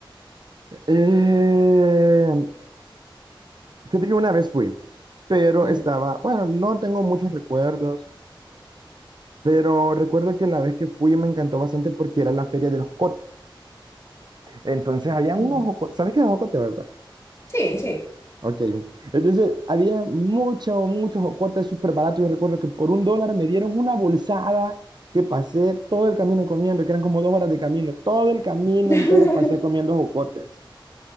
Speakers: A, on the right; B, on the left.
A: eh, fíjate que una vez fui, pero
B: Ujú,
A: estaba, bueno, no tengo muchos recuerdos, pero recuerdo que la vez que fui me encantó bastante porque era la feria del jocote. Entonces habían
B: ujú.
A: unos jocotes, ¿sabes qué es el jocote, verdad?
B: Sí, sí.
A: Ok, entonces había mucho, muchos jocotes súper baratos. Yo recuerdo que por un dólar me dieron una bolsada que pasé todo el camino comiendo, que eran como dos horas de camino, todo el camino
B: <laughs>
A: entero pasé comiendo jocotes.